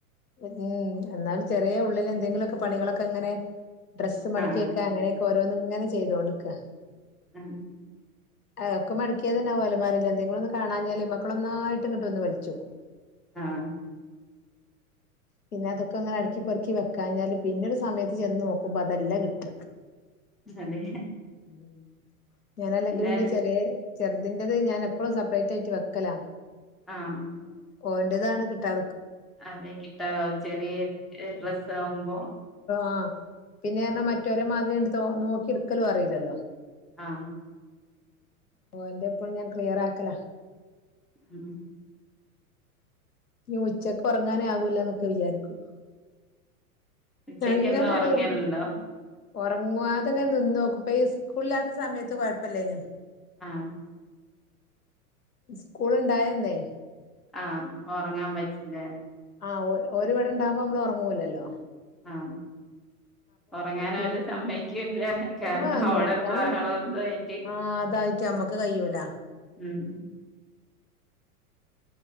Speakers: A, on the left (about 85°); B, in the centre.
A: ഉം എന്നാലും ചെറിയ ഉള്ളിൽ എന്തെങ്കിലുമൊക്കെ പണികളൊക്കെങ്ങനെ ഡ്രസ്സ് മടക്കിയക്കെ
B: ആഹ്
A: അങ്ങനെ ഓരോന്ന്ങ്ങനെ ചെയ്തോണ്ട്ക്കാ
B: ആഹ്
A: ആഹ് ഒക്കെ മടക്കിയതന്നാവും അലമാരില് എന്തേങ്കിലൊന്ന് കാണാഞ്ഞാൽ മക്കളൊന്നായിട്ട് ഇങ്ങട്ട് വൽചോക്കും
B: ആഹ്
A: പിന്നെ അതൊക്കെങ്ങനെ അട്ക്കി പെർക്കി വെക്കാഞ്ഞാല് പിന്നൊരു സമയത്ത് ചെന്ന് നോക്കുമ്പോ അതെല്ല കിട്ട
B: അതെ
A: ഉം ഞാന അല്ലങ്കും
B: പിന്നെ
A: ഇന്റെ ചെറിയ ചെറ്ത് ന്റത് ഞാൻ പ്പളും സെപ്പറേറ്റായിട്ട് വെക്കല
B: ആഹ്
A: ഓന്റേതാണ് കിട്ടാ
B: അതെക്കി ആ ചെറിയ ഡ്രസ്സ് ആകുമ്പോ
A: ആ പിന്നെ മറ്റവരെ മാതിരി നോക്കി എടുക്കലും അറിയില്ലല്ലോ
B: ആ
A: ഓ എന്റെ എപ്പഴും ഞാൻ ക്ലിയർ ആക്കല
B: ഉം
A: ഉച്ചക്ക് ഉറങ്ങാനാ ആകൂല്ലന്നൊക്കെ വിചാരിക്കും
B: ഉച്ചക്ക്
A: എങ്ങനെ
B: എന്നും ഉറങ്ങയൽ
A: ആയാലും
B: ഉണ്ടോ
A: ഉറങ്ങാതെ ഇങ്ങനെ നിന്ന നോക്കും ഇപ്പ ഈ സ്കൂളില്ലാത്ത സമയത്ത് കൊഴപ്പമില്ലാരുന്നു
B: ആ
A: സ്കൂൾ ഇണ്ടായിരുന്നേ
B: ആ ഉറങ്ങാൻ പറ്റയുംയില്ലേ
A: ആ <unintelligible> ഓന് വിടണ്ടയുമ്പോ നമ്മള് ഉറങ്ങൂല്ലല്ലോ
B: ആ ഉറങ്ങാന
A: പിന്നെ
B: അവൾ സമ്മതിക്കി- കില്ല കാരണം
A: ആ
B: അവിടെ
A: ഞാ
B: ബഹളം
A: ആ
B: ഒന്നും -
A: ആ അതായിക്കും ഞമ്മക്ക് കഴിയൂല
B: ഉം